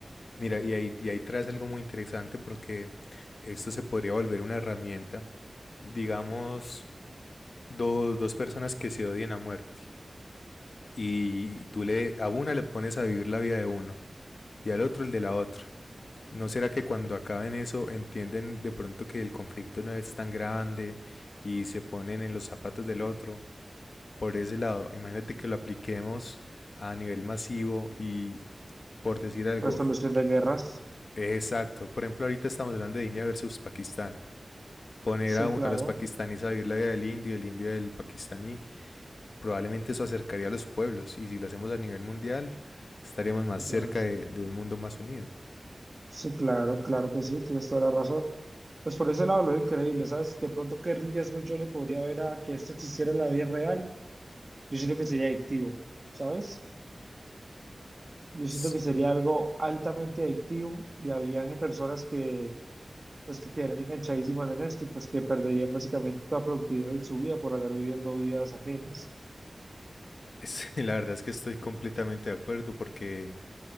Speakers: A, on the left; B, on the right.
A: Mira, y ahí, y ahí traes algo muy interesante porque esto se podría volver una herramienta, digamos, Dos, dos personas que se odian a muerte. Y tú le, a una le pones a vivir la vida de uno y al otro el de la otra. ¿No será que cuando acaben eso entienden de pronto que el conflicto no es tan grande y se ponen en los zapatos del otro? Por ese lado, imagínate que lo apliquemos a nivel masivo y por decir algo,
B: Resolución de guerras.
A: exacto. Por ejemplo, ahorita estamos hablando de India versus Pakistán. Poner
B: Sí,
A: a, un-
B: claro.
A: a los pakistaníes a vivir la vida del indio, el indio del pakistaní Probablemente eso acercaría a los pueblos y si lo hacemos a nivel mundial, estaríamos más
B: Es
A: cerca
B: más,
A: de, de un mundo más unido.
B: Sí, claro, claro que sí, tienes toda la razón. Pues por ese lado lo veo increíble, ¿sabes? De pronto, ¿qué riesgo yo le podría ver a que esto existiera en la vida real? Yo siento que sería adictivo, ¿sabes? Yo
A: Sí.
B: siento que sería algo altamente adictivo y había personas que pues que quedarían enganchadísimas en esto y pues que perderían básicamente toda productividad en su vida por andar viviendo vidas ajenas.
A: Es- <laughs> la verdad es que estoy completamente de acuerdo porque